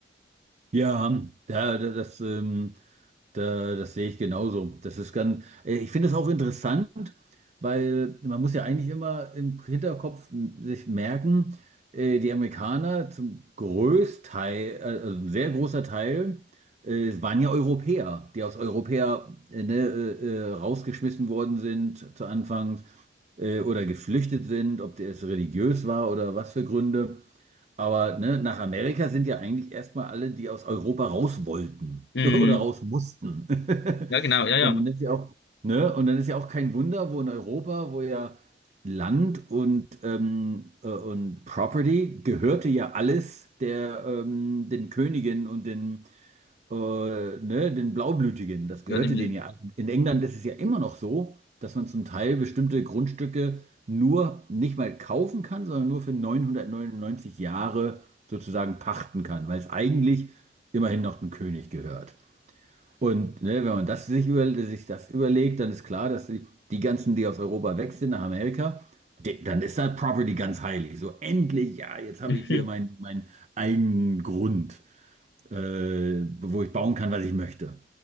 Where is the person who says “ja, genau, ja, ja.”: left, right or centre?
Left